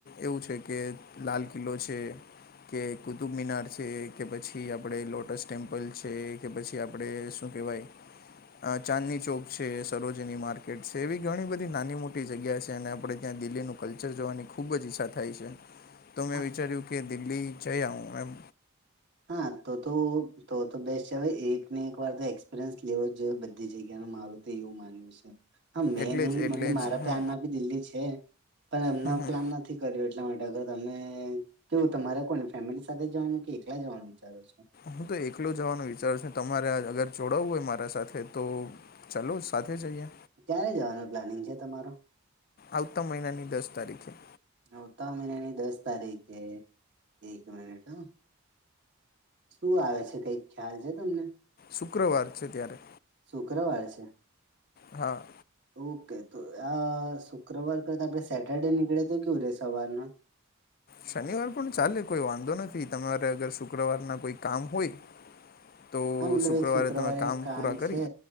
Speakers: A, on the left; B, on the right.
A: એવું છે કે લાલ કિલ્લો છે કે કુતુબ મીનાર છે કે પછી આપણે લોટસ ટેમ્પલ છે કે પછી આપણે શું કેવાય ચાંદની ચોક છે, સરોજની માર્કેટ છે, એવી ઘણી બધી નાની મોટી જગ્યા છે અને આપણે ત્યાં દિલ્હીનું કલ્ચર જોવાની ખૂબ જ ઈચ્છા થાય છે. તો મેં
B: હા
A: વિચાર્યું કે દિલ્હી જઈ આવું એમ.
B: હા તો તો તો તો બેસ્ટ છે હવે એક ને એક વાર તો એક્સપિરિયન્સ લેવો જ જોઈએ બધી જગ્યા નો મારું તો એવું માનવું છે. હા મેં
A: એટલે
B: નહી
A: જ એટલે
B: મલે મારા
A: જ હું
B: પ્લાન ના બી દિલ્હી છે પણ હમણાં
A: હમ હમ
B: પ્લાન નથી એટલા માટે અગર તમે કેવું તમારે કોની ફેમિલી સાથે જવાનું કે એકલા જવાનું વિચારો છો
A: હું તો એકલું જવાનું વિચારું છું તમારે અગર જોડાવું હોય મારા સાથે તો ચાલો સાથે જઈએ.
B: ક્યારે જવાનું પ્લાનિંગ છે તમારો?
A: આવતા મહિનાની દસ તારીખે.
B: આવતા મહિનાની દસ તારીખે એક મિનિટ હ શું આવે છે કઈક ખ્યાલ છે તમને
A: શુક્રવાર છે ત્યારે
B: શુક્રવારે છે.
A: હા
B: ઓકે તો આ શુક્રવાર કરતા આપણે સેટરડે નીકળે તો કેવું રે સવારના?
A: શનિવાર પણ ચાલે કોઈ વાંધો નથી તમારે અગર શુક્રવારના કોઈ કામ હોય. તો
B: હા મતલબ એક શુક્રવારે
A: તમે
B: એક કામ
A: પૂરા કરી
B: છે